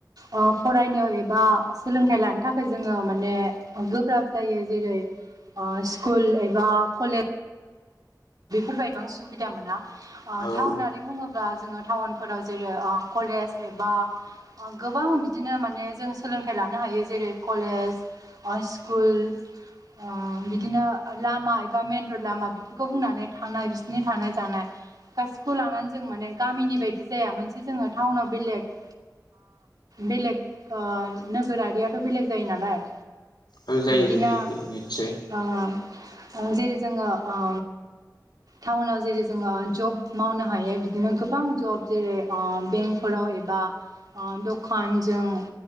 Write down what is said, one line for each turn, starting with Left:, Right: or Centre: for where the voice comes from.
Right: ओ फरायनो एबा सोलोंथाइ लानो थाखाय जोङो माने गोब्राब जायो जेरै ओ स्कुल एबा कलेज बेफोरबायदियाव आं सुबिदा मोना ओ
Left: औ
Right: टाउनारि बुङोब्ला जोङो टाउनफोराव जेरै ओ कलेज एबा गोबां बिदिनो माने जों सोलोंथाइ लानो हायो जेरै कलेज स्कुल ओ बिदिनो लामा एबा मेन रड लामा खौ बुंनानै थानाय बिसिनि थानाय जानाय। गासिखौबो लानानै जों माने गामिनि बायदि जाया मोनसे जोङो टाउनाव बेलेग बेलेग नोगोरारियाथ' बेलेग जायो नालाय।
Left: औ जायो
Right: बिदिनो
Left: जायो जायो निस्सय
Right: ओ जेरै जोङो ओ टाउनाव जेरै जोङो जब मावनो हायो बिदिनो गोबां जब जेरै ओ बेंकफोराव एबा आ दखानजों